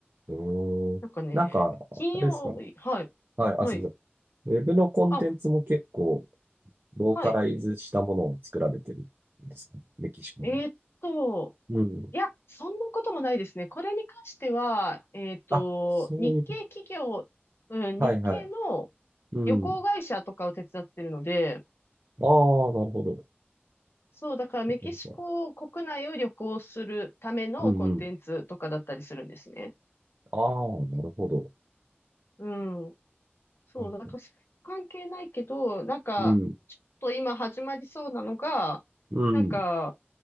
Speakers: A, on the right; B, on the left.
A: うーん。
B: なんかね、
A: なんか、
B: 金曜日、
A: あれですか。
B: はい。
A: はい、あ、
B: はい。
A: すみません。ウェブのコンテンツも結構
B: あ、
A: ローカライズしたものを作られてるんですかメキシコに。
B: はい。えーっと、
A: うん。
B: いや、そんなこともないですね。これに関しては、えーっと、
A: あ、そういうこと。
B: 日系企業、うん、
A: はいはい。
B: 日系の
A: うん。
B: 旅行会社とかを手伝ってるので、
A: ああ、なるほど。
B: そう、だからメキシコ国内を旅行するためのコンテンツとかだったりするんですね。
A: そっかそっか。うんうん。ああ、なるほど。
B: うん。そう、
A: うん
B: だから関係ないけど、なんか、
A: うん。
B: ちょっと今始まりそうなのが、
A: うん。
B: なんか、